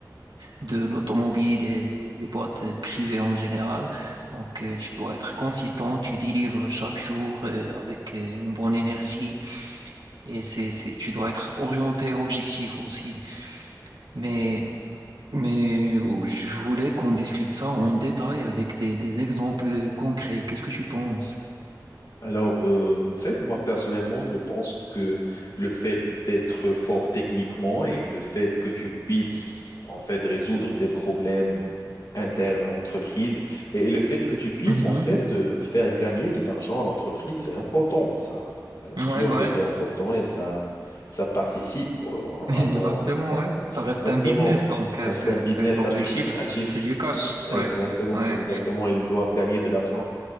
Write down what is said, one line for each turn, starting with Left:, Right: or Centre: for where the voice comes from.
Right: de l'automobile et les boîtes privées en général. Donc, euh, tu dois être consistant. Tu délivres chaque jour euh, avec euh, une bonne énergie et c'est, c'est, tu dois être orienté, objectif aussi. Mais, mais oh, je voulais qu'on discute ça en détail avec des, des exemples concrets. Qu'est-ce que tu penses?
Left: Alors, euh, en fait, moi personnellement, je pense que le fait d'être fort techniquement et le fait que tu puisses en fait résoudre des problèmes internes à l'entreprise et le fait que tu puisses
Right: Mhm,
Left: en fait euh, faire gagner de l'argent à l'entreprise, c'est important. Ça, ça
Right: mhm.
Left: sûr
Right: Ouais, ouais.
Left: que c'est important et ça, ça participe euh,
Right: <laughs> Exactement,
Left: à ton
Right: ouais. Ça reste
Left: exactement.
Right: un business, donc euh,
Left: Ah,
Right: c'est
Left: C'est un business
Right: c'est l'objectif,
Left: à but lucratif.
Right: c'est c'est du cash,
Left: Exactement,
Right: ouais, ouais,
Left: exactement. Ils doivent gagner de l'argent.